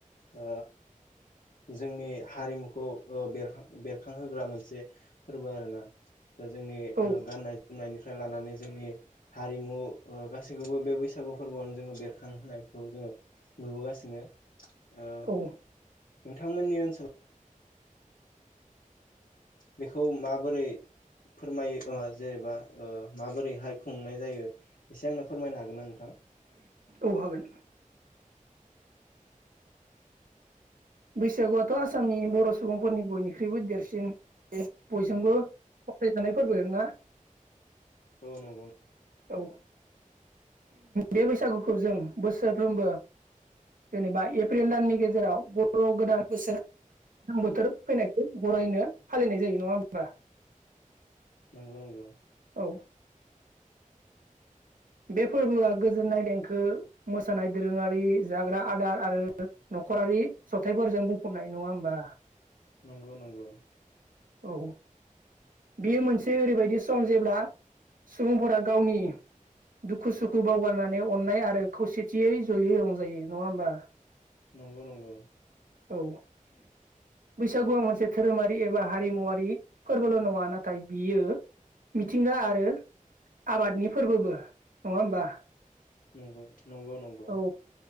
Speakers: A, on the left; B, on the right.
A: ओ जोंनि हारिमुखौ ओ बेर-बेरखांहोग्रा मोनसे फोरबो आरोना। दा जोंनि
B: औ
A: गाननाय जोमनायनिफ्राय लानानै जोंनि हारिमु गासैखौबो बे बैसागु फोरबोआवनो जोङो बेरखांहोनायखौ जोङो नुबोगासिनो। ओ
B: औ
A: नोंथांमोननि ओनसोलाव बेखौ माबोरै फोरमायो जेनेबा ओ माबोरैहाय खुंनाय जायो एसे आंनो फोरमायनो हागोन ना नोंथां?
B: औ हागोन। बैसागुआथ' आसामनि बर' सुबुंफोरनि बयनिख्रुइबो देरसिन ए बयजोंबो फथायसानाय फोरबो ना
A: <inaudible> औ नोंगौ
B: औ बे बैसागुखौ जों बोसोरफ्रोमबो जेनेबा एप्रिल दाननि गेजेराव बर' गोदान बोसोर दैल्जां बोथोर फैनायखौ बररायनो फालिनाय जायो नङा होमबा?
A: नंगौ नंगौ
B: औ बे फोरबोआ गोजोननाय देंखो मोसानाय दोरोङारि जाग्रा आदार आरो न' न'खरारि जथायाइफोरजों बुंफबनाय नङा होमबा?
A: नंगौ नोंगौ
B: औ बियो मोनसे ओरैबायदि सम जेब्ला सुबुंफोरा गावनि दुखु-सुखु बावगारनानै अननाय आरो खौसेथियै जयै रंजायो नङा होमबा?
A: नंगौ नंगौ
B: औ बैसागुआ मोनसे धोरोमारि एबा हारिमुवारि फोरबोल' नङा नाथाय बियो मिथिंगा आरो आबादनि फोरबोबो नङा होमबा?
A: नंगौ नंगौ नंगौ
B: औ